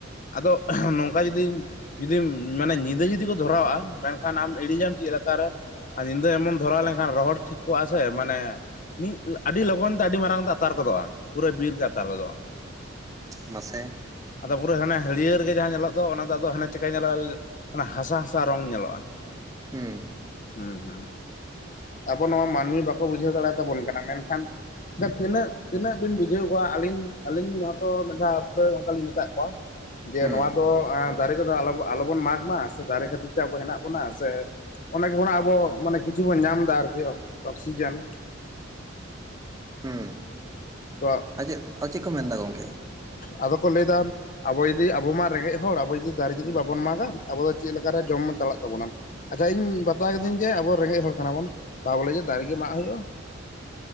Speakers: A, on the left; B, on the right.
A: ᱟᱫᱚ ᱱᱚᱝᱠᱟ ᱡᱩᱫᱤᱧ ᱡᱩᱫᱤᱢ ᱢᱟᱱᱮ ᱧᱤᱫᱟᱹ ᱡᱩᱫᱤ ᱠᱚ ᱫᱷᱚᱨᱟᱣᱟᱜ- ᱟ ᱢᱮᱱ ᱠᱷᱟᱱ ᱟᱢ ᱤᱲᱤᱡᱟᱢ ᱪᱮᱫ ᱞᱮᱠᱟ ᱨᱮ? ᱟᱨ ᱧᱤᱫᱟᱹ ᱮᱢᱚᱱ ᱫᱷᱚᱨᱟᱣ ᱞᱮᱱᱠᱷᱟᱱ ᱨᱚᱦᱚᱲ ᱴᱷᱤᱠ ᱠᱚᱜᱼᱟ ᱥᱮ ᱢᱟᱱᱮ ᱢᱤᱫ, ᱟᱹᱰᱤ ᱞᱚᱜᱚᱱ ᱛᱮ ᱟᱹᱰᱤ ᱢᱟᱨᱟᱝ ᱛᱮ ᱟᱛᱟᱨ ᱜᱚᱫᱚᱜᱼᱟ, ᱯᱩᱨᱟᱹ ᱵᱤᱨ ᱜᱮ ᱟᱛᱟᱨ ᱜᱚᱫᱚᱜᱼᱟ᱾
B: ᱢᱟᱥᱮ
A: ᱟᱫᱚ ᱯᱩᱨᱟᱹ ᱦᱟᱱᱮ ᱦᱟᱹᱨᱭᱟᱹᱲ ᱜᱮ ᱡᱟᱦᱟᱸ ᱧᱮᱞᱚᱜ ᱫᱚ, ᱚᱱᱟ ᱫᱚ ᱟᱫᱚ ᱦᱟᱱᱮ ᱪᱮᱠᱟ ᱧᱮᱞᱚᱜᱼᱟ ᱚᱱᱟ ᱦᱟᱥᱟᱻᱦᱟᱥᱟ ᱨᱚᱝ ᱧᱮᱞᱚᱜᱼᱟ᱾
B: ᱦᱮᱸ
A: ᱦᱩᱸ ᱦᱩᱸ ᱟᱵᱚ ᱱᱚᱣᱟ ᱢᱟᱹᱱᱢᱤ ᱵᱟᱠᱚ ᱵᱩᱡᱷᱟᱹᱣ ᱫᱟᱲᱮ ᱛᱟᱵᱚᱱ ᱠᱟᱱᱟ ᱢᱮᱱᱠᱷᱟᱱ ᱛᱤᱱᱟᱹᱜ ᱛᱤᱱᱟᱹᱜ ᱵᱤᱱ ᱵᱩᱡᱷᱟᱹᱣ ᱠᱚᱣᱟ ᱟᱹᱞᱤᱧᱻᱟᱹᱞᱤᱧ ᱱᱚᱣᱟ ᱛ ᱢᱤᱫ ᱫᱷᱟᱣ ᱯᱩᱨᱟᱹ ᱚᱱᱠᱟ ᱞᱤᱧ ᱢᱮᱛᱟᱜ ᱠᱚᱣᱟ ᱡᱮ
B: ᱦᱩᱸ
A: ᱱᱚᱣᱟ ᱫᱚ ᱛᱚ ᱫᱟᱨᱮ ᱠᱚᱫᱚ ᱟᱞᱚᱵᱚᱱ ᱢᱟᱜᱽ ᱢᱟ ᱥᱮ ᱫᱟᱨᱮ ᱠᱷᱟᱹᱛᱤᱨ ᱛᱮ ᱟᱵᱚ ᱦᱮᱱᱟᱜ ᱵᱚᱱᱟ ᱥᱮ <inaudible> ᱠᱷᱚᱱᱟᱜ ᱟᱵᱚ ᱢᱟᱱᱮ ᱠᱤᱪᱷᱩ ᱵᱚᱱ ᱧᱟᱢ ᱮᱫᱟ ᱟᱨᱠᱤ ᱚᱠᱥᱤᱡᱮᱱ᱾
B: ᱦᱩᱸ
A: ᱛᱚ
B: ᱟᱨ ᱪᱮᱫᱻᱪᱮᱫ ᱠᱚ ᱢᱮᱱᱫᱟ ᱜᱚᱢᱠᱮ?
A: ᱟᱫᱚ ᱠᱚ ᱞᱟᱹᱭ ᱫᱟ ᱟᱵᱚ ᱡᱩᱚᱫᱤ ᱟᱵᱚ ᱢᱟ ᱨᱮᱸᱜᱮᱡ ᱦᱚᱲ ᱟᱵᱚ ᱡᱩᱫᱤ ᱫᱟᱨᱮ ᱡᱩᱫᱤ ᱵᱟᱵᱚᱱ ᱢᱟᱜᱟ ᱟᱵᱳᱫᱚ ᱪᱮᱫ ᱞᱮᱠᱟᱛᱮ ᱡᱚᱢ ᱪᱟᱞᱟ ᱛᱟᱵᱚᱱᱟ? ᱟᱪᱪᱷᱟ ᱤᱧ ᱵᱟᱛᱟᱣ ᱠᱤᱫᱟᱹᱧ ᱡᱮ ᱟᱵᱚ ᱨᱮᱸᱜᱮᱡ ᱦᱚᱲ ᱠᱟᱱᱟ ᱵᱚᱱ, ᱛᱟᱵᱚᱞᱮ ᱡᱮ ᱫᱟᱨᱮ ᱜᱮ ᱢᱟᱜ ᱦᱩᱭᱩᱜᱼᱟ?